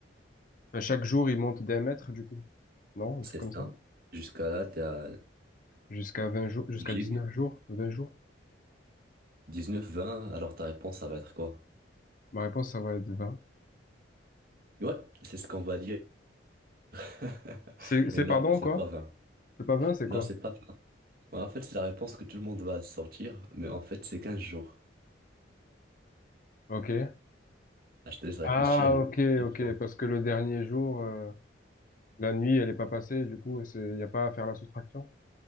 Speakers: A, on the left (about 45°); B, on the right (about 50°).
A: À chaque jour, il monte d'un mètre, du coup. Non, un
B: C'est
A: truc comme ça.
B: ça. Jusqu'à là, t'es à
A: Jusqu'à 20 jours, jusqu'à
B: logique.
A: 19 jours, 20 jours.
B: neuf vingt alors ta réponse, ça va être quoi?
A: Ma réponse, ça va être 20.
B: Ouais, c'est ce qu'on va dire. <laughs>
A: C'est, c'est
B: Mais non,
A: pardon,
B: c'est
A: quoi?
B: pas vingt
A: C'est pas 20, c'est
B: Non,
A: quoi?
B: c'est pas vingt Ouais, en fait, c'est la réponse que tout le monde va sortir, mais en fait, c'est 15 jours.
A: Ok.
B: Ah, je te laisse réfléchir.
A: Ah,
B: et me
A: ok,
B: dis
A: ok.
B: trop.
A: Parce que le dernier jour, euh, la nuit, elle est pas passée, du coup, c'est, il n'y a pas à faire la soustraction.